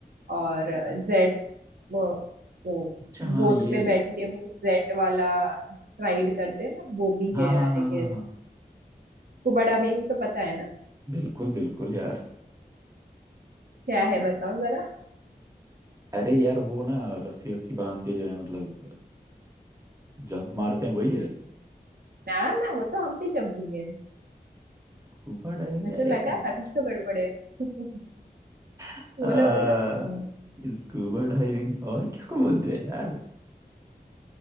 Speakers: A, on the right; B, on the right.
A: और जेट वो, वो
B: अच्छा हाँ
A: बोट
B: ये
A: पे बैठ के वो जेट वाला राइड करते हैं ना वो भी
B: हाँ
A: है
B: हाँ
A: आई
B: हाँ
A: गेस
B: हाँ हाँ
A: स्कूबा डाइविंग तो पता है ना
B: बिल्कुल बिल्कुल यार
A: क्या है बताओ जरा
B: अरे यार वो ना रस्सी रस्सी बांध के जो है मतलब जंप मारते हैं वही है
A: ना ना वो तो हम पे जंपिंग है
B: स्कूबा डाइविंग
A: मुझे
B: या
A: लगा
B: एक
A: था कुछ तो गड़बड़ है <laughs>
B: आ,
A: बोलो बोलो
B: स्कूबा डाइविंग और किसको बोलते हैं यार